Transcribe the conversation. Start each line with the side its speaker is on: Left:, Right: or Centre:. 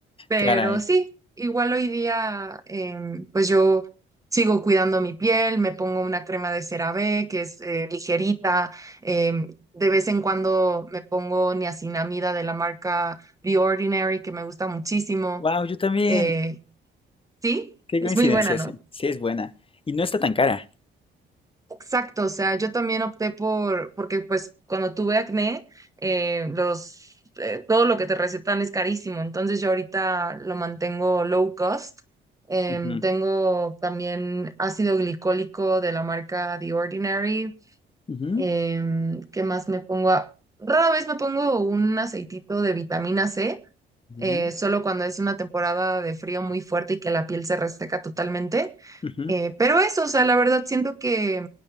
Right: pero
Left: Caray.
Right: sí, igual hoy día em, pues yo sigo cuidando mi piel, me pongo una crema de CeraVe que es eh, ligerita, em, de vez en cuando me pongo niacinamida de la marca The Ordinary que me gusta muchísimo.
Left: Wow, yo también.
Right: eh, sí,
Left: Qué
Right: es
Left: coincidencia,
Right: muy buena, ¿no?
Left: sí. Sí, es buena. Y no está tan cara.
Right: Exacto, o sea, yo también opté por, porque pues cuando tuve acné, eh, los, eh, todo lo que te recetan es carísimo, entonces yo ahorita lo mantengo low cost. Em,
Left: Ujú,
Right: tengo también ácido glicólico de la marca The Ordinary.
Left: ujú,
Right: Em, ¿qué más me pongo? A- Rara vez me pongo un aceitito de vitamina C,
Left: ujú,
Right: eh, solo cuando es una temporada de frío muy fuerte y que la piel se reseca totalmente.
Left: ujú.
Right: Eh, pero eso, o sea, la verdad siento que